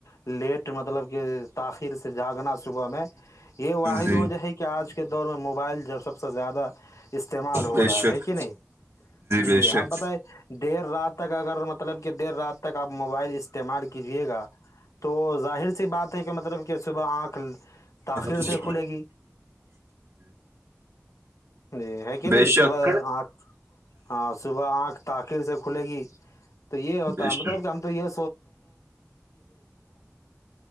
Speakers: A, on the left; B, on the right.
A: لیٹ مطلب کہ طاقت سر سے جاگنا صبح میں یہ واحد
B: جی
A: وجہ ہے کہ آج دور میں موبائل جب سک سے زیادہ استعمال ہو
B: بے
A: رہا
B: شک
A: ہے کہ نہیں جی
B: بے شک
A: آپ بتائ دیر رات تک اگر مطلب کہ دیر رات تک آپ موبائل اس استعمال کیجیے گا تو ظاہر سی بات ہے کہ مطلب کہ صبح آنکھ تاخیر
B: جی
A: سے کھلے گی جی ہے کہ
B: بے
A: نہیں
B: شک
A: صبح آھ ہاں صبح آٹھ تاخیر سے کھلے گی تو یہ ہوتا
B: بے
A: ہے
B: شک
A: مطلب کہ ہم تو یہ